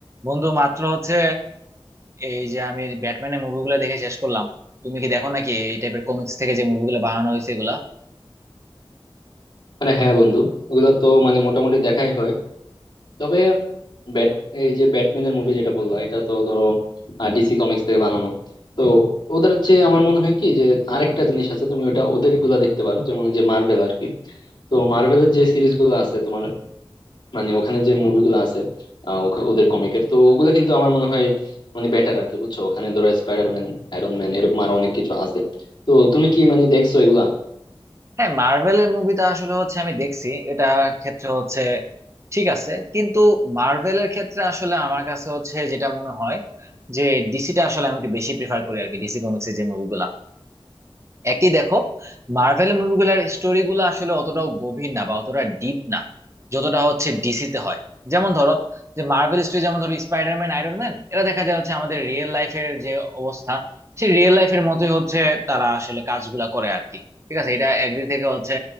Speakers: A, on the right; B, on the left.
A: বন্ধু মাত্র হচ্ছে এই যে আমি ব্যাটম্যানের মুভিগুলো দেখে শেষ করলাম তুমি কি দেখো নাকি এই টাইপের কমিক্স থেকে যে মুভিগুলো বানানো হয়েছে এগুলা
B: মানে হ্যাঁ বন্ধু ওগুলা তো মানে মোটামুটি দেখাই হয় তবে ব্যাট এই যে ব্যাটম্যানের মুভি যেটা বললা এটা তো ধরো ডিসি কমিক্স থেকে বানানো তো ওদের চেয়ে আমার মনে হয় কি যে আরেকটা জিনিস আছে তুমি ওটা ওদের গুলা দেখতে পারো যেমন ওই যে মার্ভেল আর কি তো মার্ভেলের যে সিরিজ গুলো আছে তোমার মানে ওখানে যে মুভিগুলো আছে আহ, ওখা- ওদের কমিকের তো ওগুলা কিন্তু আমার মনে হয় মানে বেটার আর কি বুঝছো ওখানে ধরো স্পাইডারম্যান আয়রন ম্যান এরকম আরো অনেক কিছু আছে তো তুমি কি মানে দেখছো এগুলা
A: হ্যাঁ মার্ভেলের মুভিটা আসলে হচ্ছে আমি দেখছি এটা ক্ষেত্রে হচ্ছে ঠিক আছে কিন্তু মার্ভেলের ক্ষেত্রে আসলে আমার কাছে হচ্ছে যেটা মনে হয় যে ডিসিটা আসলে আমি একটু বেশি প্রিফার করি আর কি ডিসি কমিক্সের যে মুভিগুলা একই দেখো মার্ভেল মুভিগুলোর স্টোরি গুলো আসলে অতটাও গভীর না বা অতটা ডিপ না যতটা হচ্ছে ডিসিতে হয় যেমন ধরো যে মার্ভেল স্টোরি যেমন ধরো স্পাইডারম্যান আয়রন ম্যান এরা দেখা যায় হচ্ছে আমাদের রিয়েল লাইফের যে অবস্থা সেই রিয়েল লাইফের মতোই হচ্ছে তারা আসলে কাজগুলা করে আর কি ঠিক আছে এটা একদিক থেকে হচ্ছে